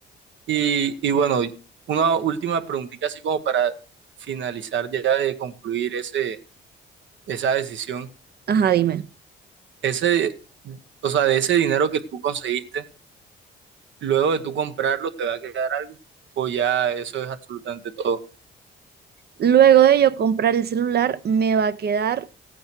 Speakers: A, on the right; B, on the right.
A: Y, y bueno, una última preguntita así como para finalizar ya de concluir ese, esa decisión,
B: Ajá, dime.
A: ese, o sea, de ese dinero que tú conseguiste. Luego de tú comprarlo, ¿te va a quedar algo? O ya eso es absolutamente todo.
B: Luego de yo comprar el celular, me va a quedar